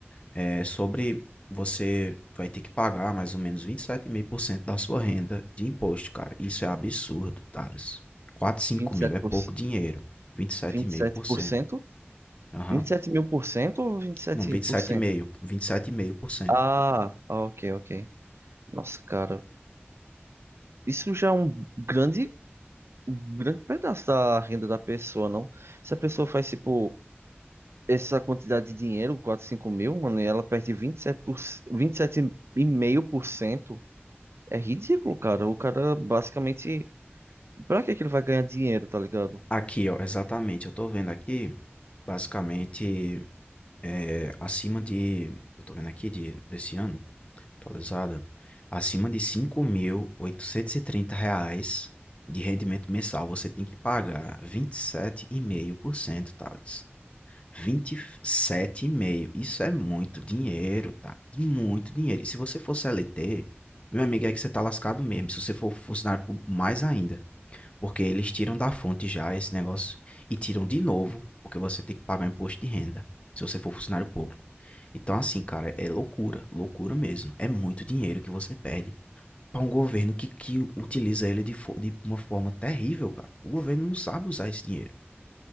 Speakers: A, on the left (about 30°); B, on the right (about 70°).
A: É sobre você vai ter que pagar mais ou menos 27,5% da sua renda de imposto, cara. Isso é absurdo, Thales. 4, 5
B: vinte e
A: mil
B: sete
A: é pouco
B: por cento
A: dinheiro. 27,5%.
B: vinte e sete por cento?
A: Aham.
B: vinte e sete mil por cento ou 27%?
A: Não, 27,5%. 27,5%.
B: Ah, ah, ok, ok. Nossa, cara, isso já é um grande, um grande pedaço da renda da pessoa, não? Se a pessoa faz, tipo, essa quantidade de dinheiro, 4 5 mil, mano, e ela perde vinte e sete por, cento, vinte e sete vírgula cinco por cento é ridículo, cara. O cara, basicamente, pra que que ele vai ganhar dinheiro, tá ligado?
A: Aqui, ó, exatamente. Eu tô vendo aqui, basicamente, é, acima de. Eu tô vendo aqui de, desse ano. Atualizado. Acima de 5.830 reais de rendimento mensal, você tem que pagar 27,5%, Thales. 27,5%. Isso é muito dinheiro, tá? Muito dinheiro. E se você for CLT, meu amigo, é que você tá lascado mesmo. Se você for funcionário público, mais ainda. Porque eles tiram da fonte já esse negócio e tiram de novo, porque você tem que pagar imposto de renda se você for funcionário público. Então, assim, cara, é loucura, loucura mesmo. É muito dinheiro que você perde para um governo que, que utiliza ele de, fo- de uma forma terrível, cara. O governo não sabe usar esse dinheiro.